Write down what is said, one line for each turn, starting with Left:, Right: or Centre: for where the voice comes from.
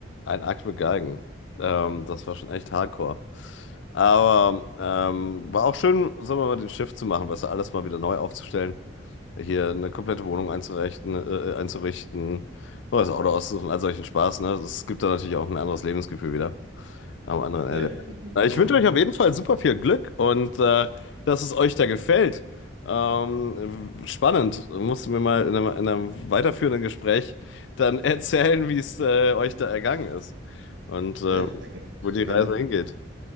Left: ein Akt mit Geigen. Ähm, Das war schon echt hardcore. Aber ähm, war auch schön, sagen wir mal, den Shift zu machen, weißt du, alles mal wieder neu aufzustellen, hier eine komplette Wohnung einzurichten, äh, einzurichten, neues Auto auszusuchen, all solchen Spaß, ne? Das gibt da natürlich auch ein anderes Lebensgefühl wieder am anderen Ende.
Right: safe,
Left: Äh, Ich wünsche
Right: ne?
Left: euch auf jeden Fall super viel Glück und äh, dass es euch da gefällt. Ähm, spannend. Musst du mir mal in einem, in einem weiterführenden Gespräch dann <laughs> erzählen, wie es äh, euch da ergangen ist und äh,
Right: Safe, sehr gerne.
Left: wo die
Right: Sehr gerne.
Left: Reise hingeht.